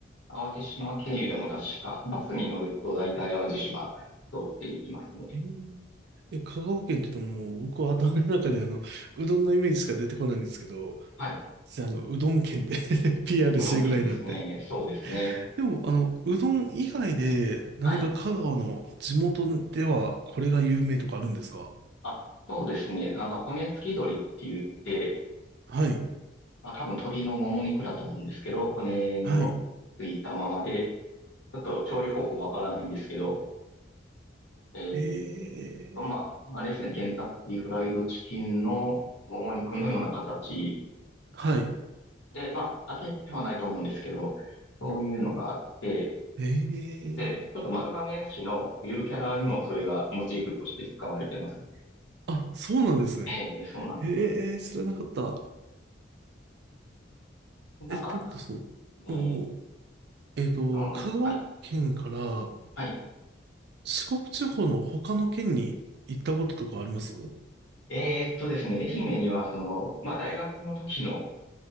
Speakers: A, on the left (about 65°); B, on the right (about 55°).
A: 淡路島経由でも確か、バスに乗ると大体淡路島通っていきますね。
B: えーえ香川県って言うともう、僕は頭の中であの、うどんのイメージしか出てこないんですけど、
A: はい。
B: 実はあの、うどん県で <laughs> PR
A: うどん県ですね。
B: してる <laughs> ぐらいなんで、
A: そうですね。
B: でも、あの、うどん以外で何か香川の地元ではこれが有名とかあるんですか
A: はい。あ、そうですね。なんか骨付き鶏って言って、
B: はい。
A: まあ多分鶏のもも肉だと思うんですけど、骨のついたままで、
B: はい。
A: ちょっと調理方法わからないんですけど、えーと、
B: ええ
A: まあ、あれですね、ケンタッキーフライドチキンのもも肉のような形
B: はい。
A: で、まあ、揚げてはないと思うんですけど、そういうのがあって、
B: ええ
A: で、ちょっと丸亀市のゆるキャラにもそれがモチーフとして使われてます。
B: あ、そうなんですね。
A: ええ、そうなんです。
B: ええ知らなかった。
A: なんか、
B: え、ということは、その、
A: ね、
B: おえっと、
A: うん、
B: 香川県から
A: はい、はい。
B: 四国地方の他の県に行ったこととかあります
A: えーっとですね、愛媛にはその、まあ、大学の時の